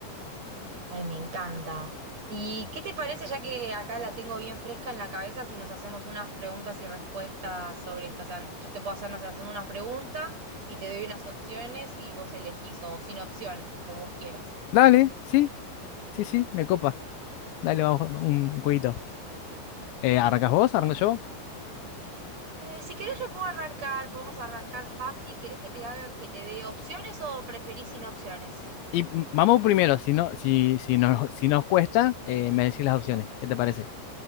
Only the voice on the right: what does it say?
Ay, me encanta. ¿Y qué te parece, ya que acá la tengo bien fresca en la cabeza, si nos hacemos unas preguntas y respuestas sobre esto? O sea, yo te puedo hacer, no sé, hacemos una pregunta y te doy unas opciones y vos elegís, o sin opciones, como vos quieras.
Bueno,
Eh, si querés yo puedo arrancar, podemos arrancar fácil. ¿Querés que te haga, que te dé opciones o preferís sin opciones?